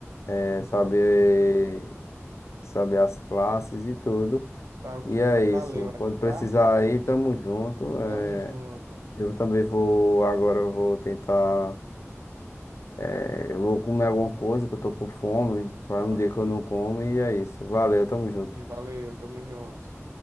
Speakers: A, on the left (about 65°); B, on the right (about 75°).
A: é, saber,
B: Tá ok.
A: saber as classes e tudo.
B: Tá ok,
A: E é
B: mano.
A: isso.
B: Valeu
A: Quando
B: aí,
A: precisar
B: tá?
A: aí, tamo junto. É,
B: Tamo junto.
A: eu também vou, agora eu vou tentar, é, eu vou comer alguma coisa que eu tô com fome. Vai
B: Tá
A: um
B: ok.
A: dia que eu não como e é isso. Valeu, tamo
B: Aqui,
A: junto.
B: valeu, tamo junto.